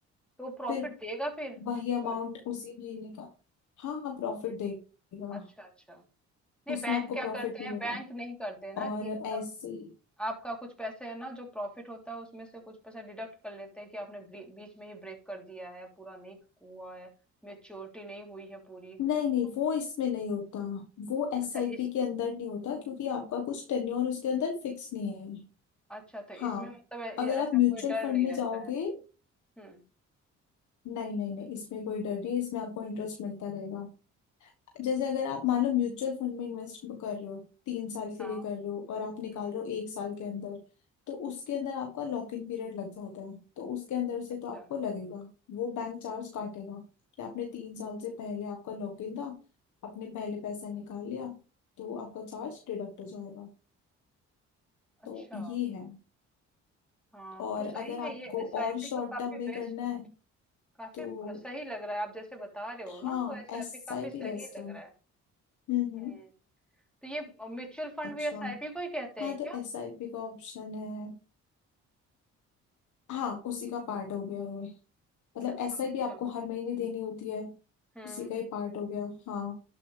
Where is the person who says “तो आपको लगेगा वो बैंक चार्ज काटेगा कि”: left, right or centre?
Left